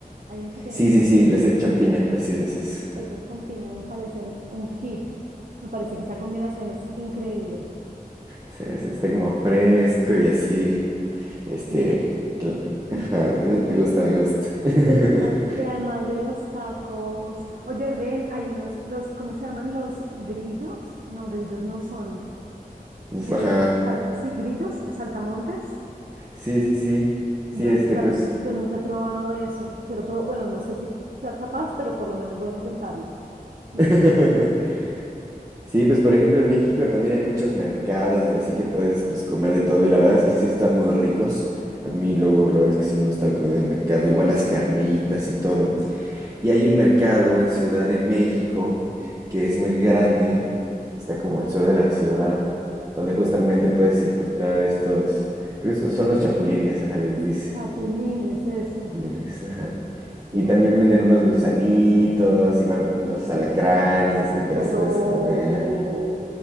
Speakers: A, on the right (about 65°); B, on the right (about 20°).
A: hay unos que tienen
B: sí,
A: piña.
B: sí, sí, les echan piña, así es,
A: Eso-
B: así es.
A: esos con piña me parecen un hit. Me parece que esta combinación es increíble.
B: Sí, sí, está como fresco y así. Este,
A: Ujú.
B: l-
A: Mm,
B: ajá, me
A: Y,
B: me gusta, me gusta. <laughs>
A: Y además, y además de los tacos, oye, ven, hay unos, los, ¿cómo se llaman? Los grillos. No, grillos no son.
B: Uf,
A: Eh,
B: ajá.
A: salta, sí, grillos, saltamontes.
B: Sí, sí, sí. Sí,
A: Yo
B: este,
A: nunca,
B: pues.
A: yo nunca he probado eso. Quiero probar, bueno, no sé si sea capaz, pero por lo menos voy a intentarlo. Eso
B: <laughs>
A: no se consigue.
B: Sí, pues por ejemplo en México también hay muchos mercados y así que puedes pues comer de todo y la verdad es que sí están muy ricos. A
A: Ujú.
B: mí luego la verdad es que sí me gusta la comida del mercado, igual las carnitas y todo. Y hay un mercado en Ciudad de México que es muy grande, está como al sur de la ciudad, donde justamente puedes encontrar estos, es- son los chapulines, ajá, les dice.
A: Chapulines, eso.
B: Lunes, ajá.
A: Cierto.
B: Y también venden unos gusanitos, igual pues, los alacranes, así que te
A: Pero
B: los puedes comer.